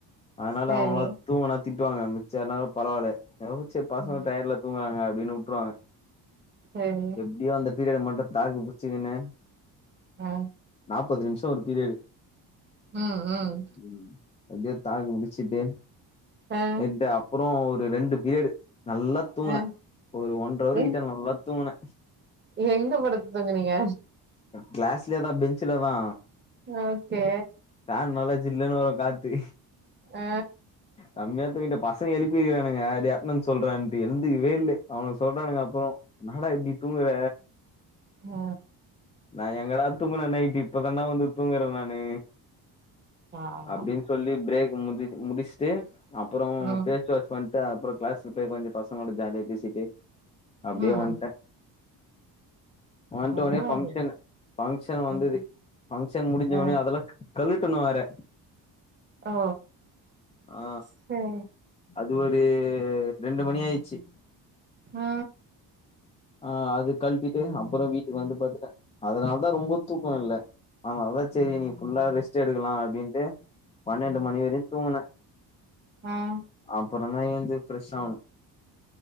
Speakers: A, on the left; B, on the right.
A: அதனால
B: சரி
A: அவுங்களா தூங்குனா திட்டுவாங்க மிச்ச நேர பரவால்லே எதோ சேரி பர்சினல்
B: ம்
A: டயர்டுல தூங்குறாங்க அப்டின்னு வுட்டுருவாங்க
B: சரி
A: எப்டியோ அந்த பீரியட மட்டு தாக்கு புச்சிக்கினு
B: ஆ
A: நாப்பது நிமிஷோ ஒரு பீரியடு
B: ம் ம்
A: ம் எப்டியோ தாக்கு முடிச்சிட்டு
B: ஆ
A: என்டே அப் அப்பறோ ஒரு ரெண்டு பீரியடு நல்லா தூங்குனே
B: அ
A: ஒரு ஒன்ற அவரு
B: எ
A: கிட்ட நல்லா தூங்குனே
B: இல்ல எங்க படுத்து துங்குனீங்க
A: கிளாஸ்லேயதா பெஞ்சுல தா
B: ஓகே
A: ஃபேன் நல்லா சில்லுன்னு வரு காத்து
B: ஆ
A: செம்மயாத் தூங்கிட்டே பசங்க எழுப்பிருக்கானுக டே அடென்டென்ஸ் சொல்றான்னுட்டு எழுந்துக்கவே இல்ல அவனுக சொல்றானுங்க அப்பறோ என்னாடா இப்டி தூங்குற
B: ஆ
A: நா எங்கடா தூங்குனே நைட்டு இப்பதான்ட வந்து தூங்குறே நானு
B: பாவோ
A: அப்டினு சொல்லி பிரேக் முடி முடிச்ட்டு அப்பறோ
B: ம்
A: ஃபே ஃபேஸ் வாஷ் பண்ட்டு அப்பறோ கிளாஸ்ல போய் கொஞ்சோ பசங்களோட ஜாலியா பேசிட்டு அப்டியே
B: ம்
A: வந்டே வந்தோனே
B: பரவாயில்லயே
A: ஃபங்க்ஷனு ஃபங்க்ஷன் வந்தது
B: ம்
A: ஃபங்க்ஷன் முடி முஞ்ச
B: ஆ
A: ஒன்னே அதெல்லா கழட்டனு வேற
B: ஓ
A: ஆ
B: செரி
A: அது ஒரு ரெண்டு மணி ஆயிச்சி
B: ஆ
A: ஆ அது கழ்டிட்டு அப்புற வீட்டுக்கு வந்து பத்துட்ட அதனாலதா ரொம்போ தூக்கோ வல்ல அத்னால்தா செரி இன்னிக் ஃபுல்லா ரெஸ்ட் எடுக்கலா அப்டின்டு பன்னெண்டு மணி வெரியு தூங்குன
B: அ
A: அப்பறமா ஏந்து ப்ரெஷ் ஆவுணே